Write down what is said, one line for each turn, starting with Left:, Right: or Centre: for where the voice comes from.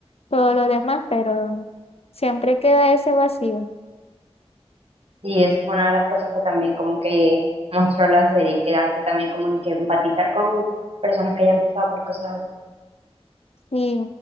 Left: todo lo demás, pero siempre queda ese vacío.
Right: Y eso fue una de las cosas que también como que mostró la serie, que hace también como que empatizar con personas que hayan pasado por cosas así.
Left: Y